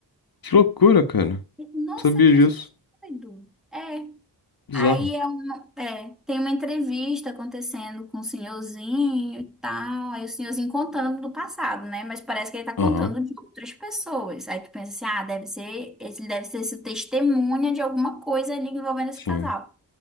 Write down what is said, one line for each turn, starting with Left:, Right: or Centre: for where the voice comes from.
Left: Que loucura, cara. Não
Centre: E, Nossa,
Left: Sabia
Centre: que
Left: disso.
Centre: gente doido. É.
Left: Bizarro.
Centre: Aí é uma, é, tem uma entrevista acontecendo com o senhorzinho e tal. Aí o senhorzinho contando do passado, né? Mas parece que ele tá
Left: Aham,
Centre: contando de outras pessoas. Aí tu pensa assim, ah, deve ser, ele deve ser esse testemunha de alguma coisa ali envolvendo esse
Left: sim.
Centre: casal.